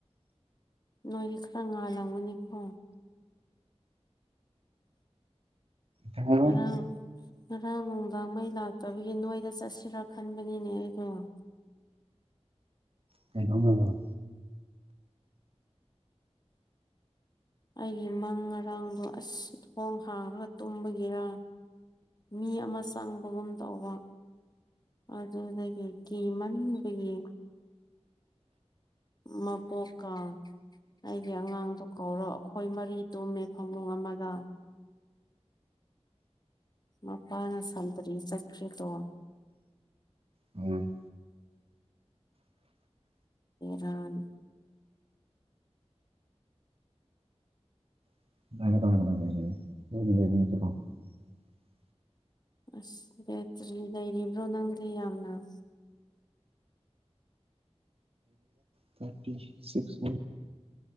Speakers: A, on the left; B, on the right.
A: ꯅꯣꯏꯗꯤ ꯈꯔ ꯉꯥ ꯜꯂꯝꯒꯅꯤꯀꯣ
B: ꯍꯥꯏꯔꯣ
A: ꯉꯔꯥꯡ ꯉꯔꯥꯡ ꯅꯨꯡꯗꯥꯡ ꯃꯩ ꯂꯥꯛꯇꯕꯒꯤ ꯅꯣꯏꯗ ꯆꯠꯁꯤꯔꯥ ꯈꯟꯕꯅꯤꯅꯦ ꯑꯩꯗꯣ <inaudible>
B: ꯀꯩꯀꯥꯎꯕꯣ <inaudible>
A: ꯑꯩꯒꯤ ꯃꯪ ꯉꯔꯥꯡꯗꯣ ꯑꯁ ꯊꯣꯡ ꯍꯥꯡꯉꯒ ꯇꯨꯝꯕꯒꯤꯔꯥ ꯃꯤ ꯑꯃ ꯆꯪꯕꯒꯨꯝ ꯇꯧꯕ ꯑꯗꯨꯗꯒꯤ ꯀꯤꯃꯟꯕꯒꯤ ꯃ ꯄꯣꯛꯀ ꯑꯩꯒꯤ ꯑꯉꯥꯡꯗꯣ ꯀꯧꯔꯣ ꯑꯩꯈꯣꯏ ꯃꯔꯤ ꯇꯨꯝꯃꯦ ꯐꯃꯨꯡ ꯑꯃꯗ ꯑ <inaudible> ꯄꯥꯅ ꯁꯟꯇꯔꯤ ꯆꯈ꯭ꯔꯠꯇꯣ
B: ꯎꯝ
A: ꯔꯜ <inaudible>
B: <inaudible>
A: ꯑꯁ ꯕꯦꯇ꯭ꯔꯤ ꯂꯩꯔꯤꯕ꯭ꯔꯣ ꯅꯪꯗꯤ ꯌꯥꯝꯅ ꯑꯁ
B: ꯊꯥꯔꯇꯤ ꯁꯤꯁ